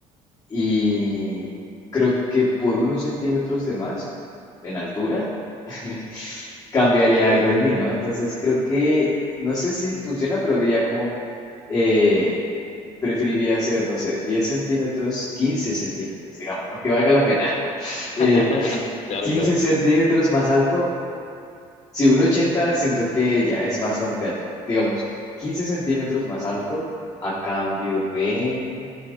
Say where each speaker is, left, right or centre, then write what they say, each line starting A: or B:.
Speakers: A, on the left; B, on the left.
A: y creo que por unos centímetros de más en altura <laughs> cambiaría algo de mí, ¿no? Entonces creo que, no sé si funciona, pero diría como, eh, preferiría hacer, no sé, 10 centímetros, 15 centímetros, digamos, ¿no? Que valga la pena. <laughs>
B: <laughs>
A: Eh,
B: Claro,
A: 15
B: claro.
A: centímetros más alto Si uno ochenta siento que ya es bastante alto. Digamos, 15 centímetros más alto a cambio de...